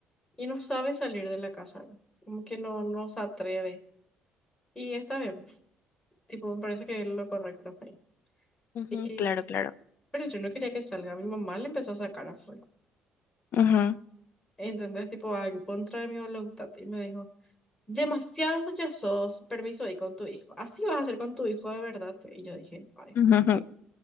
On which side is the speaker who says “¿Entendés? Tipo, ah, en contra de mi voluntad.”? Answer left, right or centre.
Left